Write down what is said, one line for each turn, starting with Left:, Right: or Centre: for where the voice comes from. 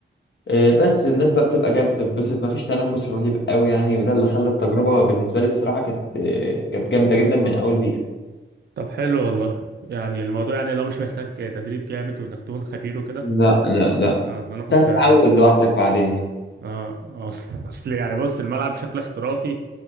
Left: إيه بس الناس بقى بتبقى جايه بتتبسط مفيش تنافس رهيب قوي يعني وده اللي خلى التجربه بالنسبه لي الصراحه كانت إيه، كانت جامده جدا من اول دقيقه
Right: طب حلو والله يعني الموضوع يعني لو مش محتاج تدريب جامد وانك تكون خبير وكده
Left: لا لا لا
Right: اه ده انا كنت
Left: انت هتتعود
Right: اه
Left: لوحدك بعدين يعني
Right: آه، اصل <laughs> اصل يعني بص الملعب بشكل احترافي